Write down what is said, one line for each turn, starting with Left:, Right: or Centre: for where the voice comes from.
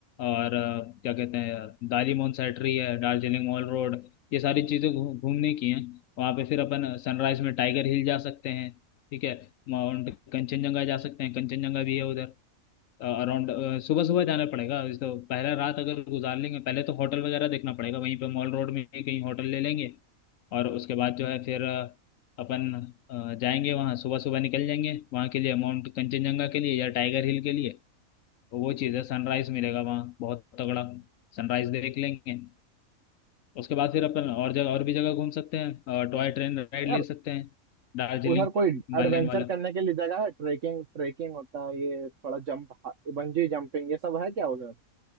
Left: और अ, क्या कहते हैं दारी मोन सेट्री है दार्जिलिंग मॉल रोड ये सारी चीज़ें घू- घूमने की हैं वहाँ पे फिर अपन सनराइज में टाइगर हिल जा सकते हैं ठीक है माउंट कंचनजंगा जा सकते हैं कंचनजंगा भी है उधर अराउंड सुबह सुबह जाना पड़ेगा इस तो पहला रात अगर गुजार लेंगे पहले तो होटल वगैरह देखना पड़ेगा वहीं पे मॉल रोड में ही कहीं होटल ले लेंगे और उसके बाद जो है फिर अ, अपन अ, जाएंगे वहाँ सुबह सुबह निकल जाएंगे वहाँ के लिए माउंट कंचनजंगा के लिए या टाइगर हिल के लिए वो चीज़ है सनराइज मिलेगा वहाँ बहुत तगड़ा सनराइज देख लेंगे उसके बाद फिर अपन और जगह और भी जगह घूम सकते हैं टॉय ट्रेन राइड
Right: यार
Left: ले सकते हैं दार्जिलिंग
Right: उधर कोई
Left: हिमालयन
Right: एडवेंचर
Left: वाला
Right: करने के लिए जगह है ट्रेकिंग ट्रेकिंग होता है ये थोड़ा जंप बंजी जंपिंग ये सब है क्या उधर